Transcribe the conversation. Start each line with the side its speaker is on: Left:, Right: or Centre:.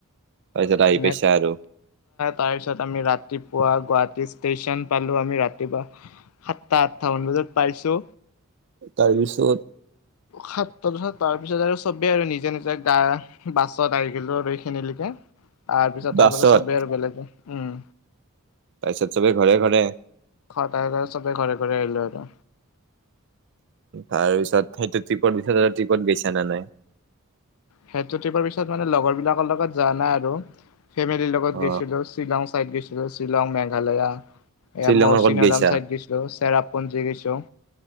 Right: তাৰছত আহি
Left: সেনে
Right: পাইছা
Left: আহ
Right: আৰু।
Left: তাৰপিছত আমি ৰাতিপুৱা গুৱাহাটী ষ্টেচন পালোঁ, আমি ৰাতিপুৱা। সাতটা, আঠটামান বজাত পাইছোঁ।
Right: তাৰপিছত
Left: সাত, তাৰপিছত, তাৰপিছত আৰু চবেই আৰু নিজে, নিজৰ গা, বাছত আহি গেলোঁ। খিনিলৈকে তাৰপাছত,
Right: বাছত
Left: তাৰপিছত চবেই আৰু <unintelligible> উম।
Right: তাছত চবে ঘৰে, ঘৰে।
Left: <unintelligible> চবে ঘৰে, ঘৰে আহিলোঁ আৰু।
Right: তাৰপিছত সেইটো ট্ৰিপত পিছত আৰু ট্ৰিপত গৈছানে নাই?
Left: সেইটো ট্ৰিপৰ পিছত মানে লগৰ বিলাকৰ লগত যোৱা নাই আৰু, ফেমিলিৰ লগত
Right: অ
Left: গৈছিলোঁ শ্বিলং। চাইট গৈছিলোঁ শ্বিলং, মেঘালয়া। এয়া
Right: শ্বিলঙৰ
Left: মৌচিনাৰাম
Right: ক'ত গৈছা
Left: চাইদ গৈছোঁ, চেৰাপুঞ্জী গৈছোঁ।